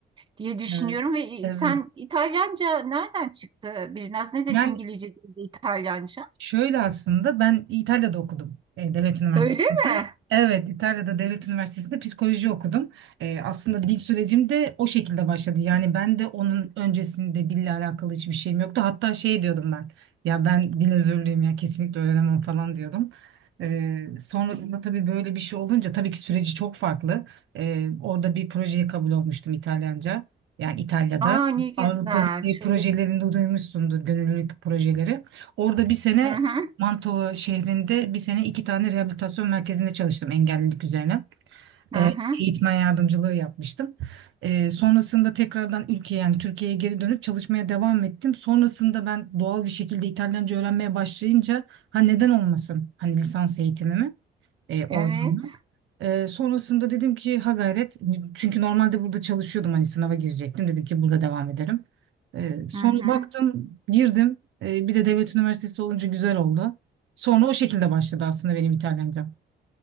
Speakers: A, on the right; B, on the right.
A: diye düşünüyorum
B: Evet.
A: ve e,
B: Evet.
A: sen İtalyanca nereden çıktı? Biraz neden
B: Yani
A: İngilizce değil de İtalyanca?
B: Şöyle aslında ben İtalya'da okudum e, devlet üniversitesinde.
A: Öyle mi?
B: Evet İtalya'da devlet üniversitesinde psikoloji okudum. E, aslında dil sürecim de o şekilde başladı. Yani ben de onun öncesinde dille alakalı hiçbir şeyim yoktu. Hatta şey diyordum ben ya ben dil özürlüyüm ya kesinlikle öğrenemem falan diyordum. E, sonrasında tabii böyle bir şey olunca tabii ki süreci çok farklı. E, orada bir projeye kabul olmuştum İtalyanca. Yani İtalya'da
A: Aa ne güzel.
B: Avrupa Birliği
A: Çok.
B: projelerinde duymuşsundur gönüllülük projeleri. Orada bir sene
A: Hı hı.
B: Manto şehrinde bir sene iki tane rehabilitasyon merkezinde çalıştım engellilik üzerine.
A: Hı
B: Ee,
A: hı.
B: eğitmen yardımcılığı yapmıştım. Ee, sonrasında tekrardan ülkeye yani Türkiye'ye geri dönüp çalışmaya devam ettim. Sonrasında ben doğal bir şekilde İtalyanca öğrenmeye başlayınca ha neden olmasın hani lisans eğitimimi e, oradan
A: Evet.
B: da. Ee, sonrasında dedim ki ha gayret çünkü normalde burada çalışıyordum hani sınava girecektim dedim ki burada devam ederim. Ee, sonra
A: Hı hı.
B: baktım girdim Ee, bir de devlet üniversitesi olunca güzel oldu. Sonra o şekilde başladı aslında benim İtalyanca.